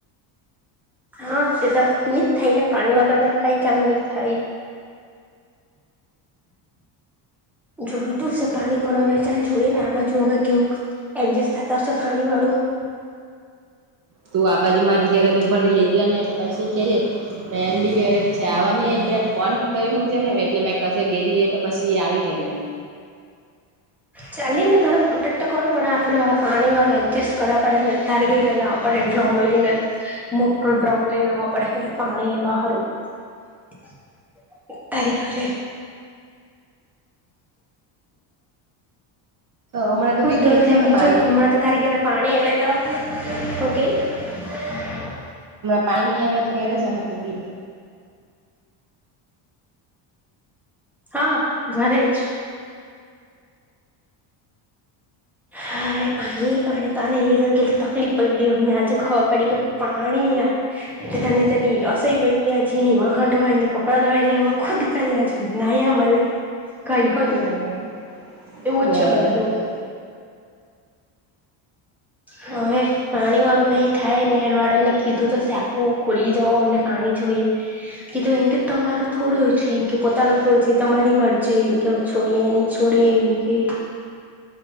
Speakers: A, in the centre; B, on the right.
A: હા તે તો નિજ થાય ને પાણી વગર તો કઈ કામ નહી થાય. <inaudible> જોયતું હશે પાણી પણ હવે ચાલ જોઈએ ને આ બાજુ હવે કેવું એડજસ્ટ થતા હશે પાણી વાળું. <inaudible>
B: તું આ બાજુ મારી ઘરેથી ભળી લે જા ને પછી કેહે મે એમ બી ઘરે અછા આવવાની હોય ત્યારે ફોન કરી મૂકજે ને એ એટલે મે કસે ગેલી એ તો પછી આવી રેમ એમ.
A: ચાલી મેં તને કોન્ટેક્ટ તો કરો પણ આપેલું આ પાણી વાળું એડજસ્ટ કરવા પડે ને અતાર ઘેરે જવા પડે. ડ્રમ લેઈને મોટો ડ્રમ લેઈને આવા પડે પાણી લેવા હારુ <inaudible> તારી ઘરે.
B: હમણાં તું
A: હું
B: બી ઘરે
A: ક કઈ
B: જ અહે
A: બીજો
B: પાણી
A: હમણાં તો તારી ઘરે પાણી એલે તો હું કેય
B: પાણી નહી આવે તો ઘેરે જ હત બિ.
A: હા ઘરે જ. હા પાણી પાણી પાણી લીધે કેટલી તકલીફ પયડી અમને આજુ ખબર પડી કે પાણી એ તની તેની રસોઈ બયની હજી એની વાહણ ધોવાય ની કપડાં ધોવાઈ ની એ ખુદ પેલાજ નાહ્યા મલે કઈ હો ની
B: હમ
A: એવું
B: બરાબર
A: છે બધું. હવે પાણી વાળું કઈ થાય નેર વાળાને કીધું તો સાકું ખુલી જવો અમને પાણી જોઈએ તો એમ કે તમારો થોડો છે, એ કે પોતાનો થોડો છે, તમારી મરજી એમ છોડીએ ન છોડીએ એમકે.